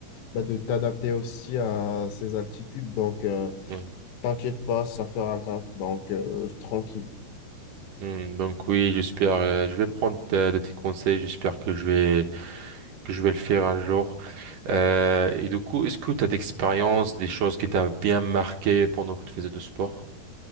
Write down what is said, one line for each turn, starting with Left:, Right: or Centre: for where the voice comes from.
Left: bah, de
Right: Mhm.
Left: t'adapter aussi à ces altitudes. Donc, euh,
Right: Hmm.
Left: t'inquiète pas, ça fera le taf. Donc, euh, tranquille.
Right: Hmm, donc oui, j'espère, euh, je vais prendre ta- de tes conseils, j'espère que je vais que je vais le faire un jour. Euh, et du coup, est-ce que tu as d'expérience, des choses qui t'ont bien marqué pendant que tu faisais du sport?